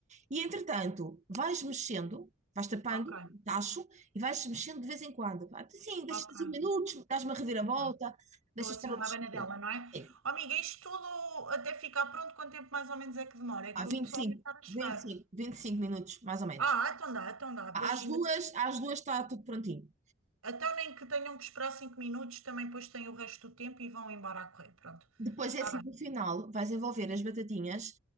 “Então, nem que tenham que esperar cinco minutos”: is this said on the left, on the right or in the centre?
Right